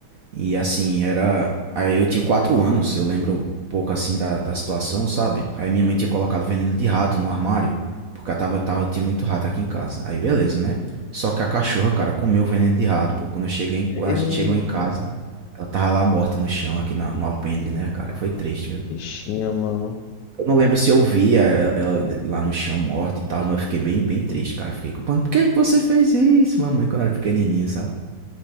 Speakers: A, on the right (about 60°); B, on the left (about 75°).
A: E assim, era. Aí eu tinha quatro anos, eu lembro um pouco assim da, da situação, sabe? Aí minha mãe tinha colocado veneno de rato no armário, porque eu tava, tava, tinha muito rato aqui em casa. Aí beleza, né? Só que a cachorra, cara, comeu o veneno de rato, pô. Quando eu cheguei, em- quando
B: Eita.
A: a gente chegou em casa, ela tava lá morta no chão, aqui na- no alpendre, né, cara? Foi
B: Ah,
A: triste, viu?
B: bichinha, mano.
A: Eu não lembro se eu via ela ela lá no chão morta e tal, mas eu fiquei bem, bem triste, cara. Fiquei culpando. Por que que você fez isso, mamãe, quando eu era pequenininho, sabe?